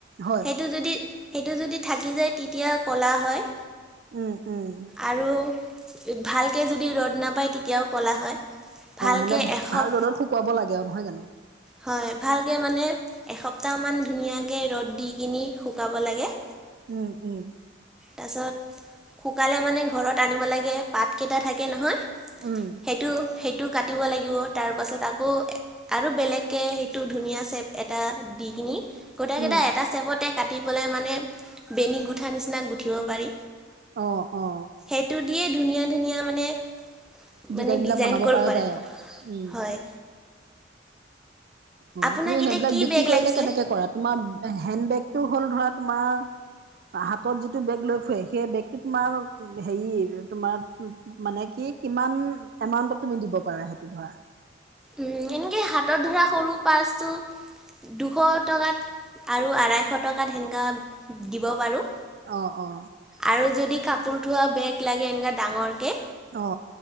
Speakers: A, on the right; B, in the centre.
A: হয়
B: সেইটো যদি সেইটো যদি থাকি যায় তেতিয়া ক'লা হয়।
A: উম, উম।
B: আৰু ভালকৈ যদি ৰ'দ নাপায় তেতিয়াও ক'লা হয়। ভালকৈ
A: মানে
B: এসপ
A: ভাল ৰ'দত শুকুৱাব লাগে আৰু নহয় জানো?
B: হয়। ভালকৈ মানে এসপ্তাহমান ধুনীয়াকৈ ৰ'দ দি কিনি শুকাব লাগে।
A: উম, উম।
B: তাৰপাছত শুকালে মানে ঘৰত আনিব লাগে, পাতকেইটা থাকে নহয়।
A: উম।
B: সেইটো- সেইটো কাটিব লাগিব। তাৰ পাছত আকৌ আৰু বেলেগকে সেইটো ধুনীয়া চেপ এটা দি কিনি গোটাকেইটা
A: উম
B: এটা চেপতে কাটি পেলাই মানে বেনী গুঠা নিচিনাকে গুঠিব পাৰি।
A: অ- অ।
B: এইটো দিয়ে ধুনীয়া- ধুনীয়া মানে মানে
A: ডিজাইন বিলাক বনাব
B: কৰিব
A: পৰা
B: পাৰে
A: যায় আৰু। উম।
B: হয়
A: অ,
B: আপোনাক
A: তুমি
B: এতিয়া
A: সেইবিলাক
B: কি
A: বিক্ৰী
B: বেগ
A: কৰিলে
B: লাগিছিলে
A: কেনেকে কৰা? তোমাৰ হেণ্ড বেগটো হ'ল ধৰা তোমাৰ হাতত যিটো বেগ লৈ ফুৰে, সেই বেগটো তোমাৰ হেৰি, তোমাৰ মানে কি কিমান এমাউন্টত তুমি দিব পাৰা সেইটো ধৰা?
B: উম, এনেকে হাতত ধৰা সৰু পাৰ্চটো দুশ টকাত আৰু আঢ়াই শ টকাত সেনেকা দিব পাৰোঁ।
A: অ' অ'।
B: আৰু যদি কাপোৰ থোৱা বেগ লাগে এনেকা ডাঙৰকে
A: অ্